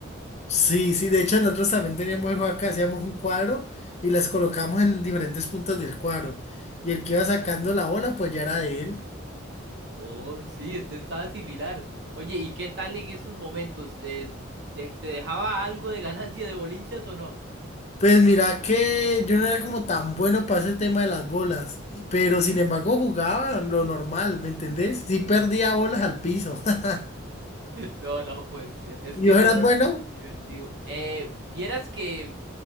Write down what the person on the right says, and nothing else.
Oh, sí, este estaba similar. Oye, ¿y qué tal en esos momentos? Eh, ¿te te dejaba algo de ganancia de bolinchas o no?
No, no, pues es
que
eso
era
lo divertido. Eh, vieras que